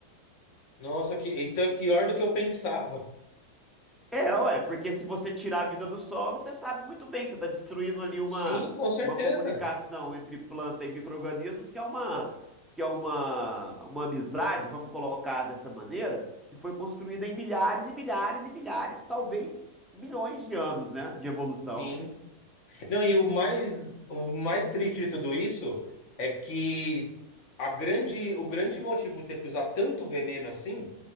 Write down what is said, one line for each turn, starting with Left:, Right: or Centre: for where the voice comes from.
Left: nossa, que, então é pior do que eu pensava.
Centre: É, ué, porque se você tirar a vida do solo, você sabe muito bem que você está destruindo ali uma,
Left: Sim, com certeza.
Centre: uma comunicação entre planta e micro-organismos, que é uma, que é uma, uma amizade, vamos colocar dessa maneira, que foi construída em milhares e milhares e milhares, talvez milhões de anos, né, de evolução.
Left: Sim. Não, e o mais, o mais triste de tudo isso é que a grande, o grande motivo de ter que usar tanto veneno assim